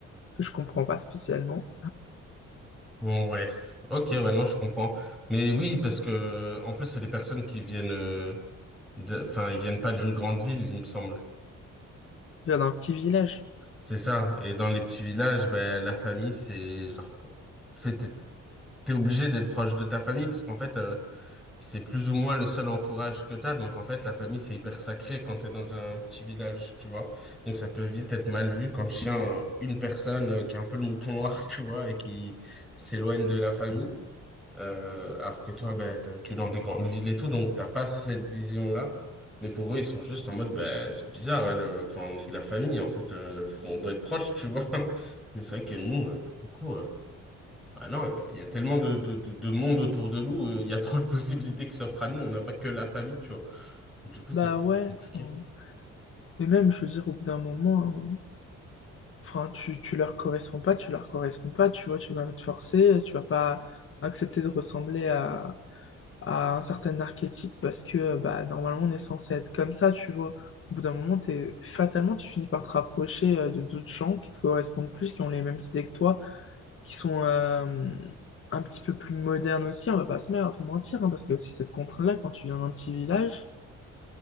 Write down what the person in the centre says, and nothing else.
Ouais. Ok, ouais, non, je comprends. Mais oui, parce que en plus, c'est des personnes qui viennent euh, de... enfin, ils viennent pas d'une grande ville, il me semble.
C'est ça. Et dans les petits villages, ben la famille, c'est genre, c'est- t'es t'es obligé d'être proche de ta famille parce qu'en fait, euh, C'est plus ou moins le seul entourage que t'as. Donc, en fait, la famille, c'est hyper sacré quand t'es dans un petit village, tu vois. Donc, ça peut vite être mal vu quand le chien, euh, une personne euh, qui est un peu le mouton noir, <laughs> tu vois, et qui s'éloigne de la famille. Euh, alors que toi, ben, t'es que dans des grandes villes et tout, donc t'as pas cette vision-là. Mais pour eux, ils sont juste en mode, ben, c'est bizarre, elle, euh, enfin, on est de la famille, en fait, euh, faut- on doit être proche tu vois. <laughs> Mais c'est vrai que nous, euh, pour le coup, euh, bah non, il y a tellement de, de, de, de monde autour de nous, euh, il y a trop de possibilités qui s'offrent à nous, on n'a pas que la famille, tu vois. Du coup, c'est
plus
compliqué.